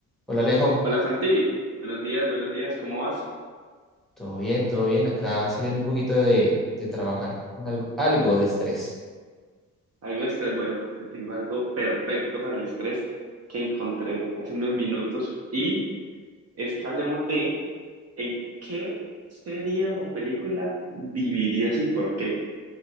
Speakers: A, in the centre; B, on the right (about 45°).
A: Hola Alejo,
B: Hola Santi, buenos días, buenos días, ¿cómo vas?
A: todo bien, todo bien, acá saliendo un poquito de, de trabajar con algo, algo de estrés.
B: Algo de estrés, bueno, te tengo algo perfecto para el estrés que encontré hace unos minutos y es que hablemos de en qué serie o película vivirías y por qué.